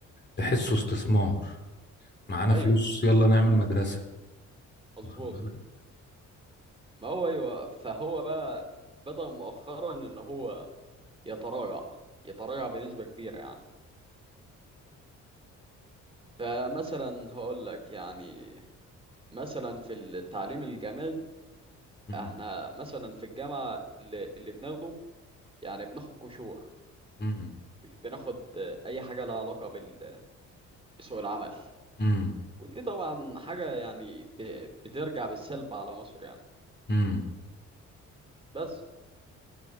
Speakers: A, on the left; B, on the right.
A: تحسه استثمار معانا
B: ايوه
A: فلوس يلا نعمل مدرسة
B: بيزنس مظبوط
A: واخد بالك
B: ما هو ايوه فهو بقى بدأ مؤخرا ان هو يتراجع يتراجع بنسبة كبيرة يعني فمثلا هقول لك يعني مثلا في التعليم الجامعي
A: مم،
B: احنا مثلا في الجامعة اللي, اللي بناخده يعني بناخد قشور
A: مم،
B: مش بناخد اي حاجة لها علاقة بال- بسوق العمل
A: مم،
B: ودي طبعا حاجة يعني ب- بترجع بالسلب على مصر يعني
A: مم.
B: بس